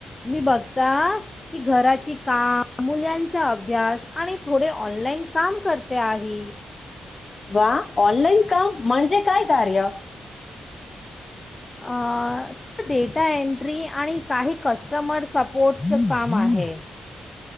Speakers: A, on the left; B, on the left.
A: मी बघता की घराची काम, मुलांचा अभ्यास आणि थोडे ऑनलाइन काम करते आहे.
B: वा ऑनलाइन काम म्हणजे काय कार्य?
A: अ डेटा एंट्री आणि काही कस्टमर सपोर्टचं काम आहे.